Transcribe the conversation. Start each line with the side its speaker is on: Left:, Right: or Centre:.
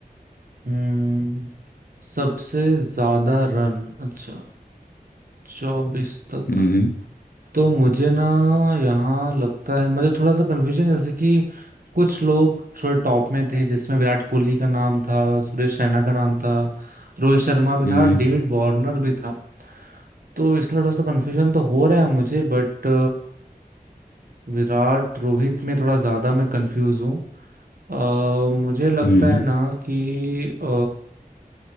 Right: हम्म सबसे ज्यादा रन अच्छा चौबीस तक
Left: हम्म
Right: तो मुझे ना यहाँ लगता है मुझे थोड़ा सा कन्फ्यूजन जैसे कि कुछ लोग थोड़े टॉप में थे जिसमें विराट कोहली का नाम था सुरेश रैना का नाम था रोहित शर्मा भी
Left: हम्म
Right: था डेविड वार्नर भी था तो इसलिए थोड़ा सा कन्फ्यूजन तो हो रहा है मुझे बट विराट रोहित में थोड़ा ज्यादा मैं कंफ्यूज हूँ अ, मुझे लगता
Left: हम्म
Right: है ना कि अ,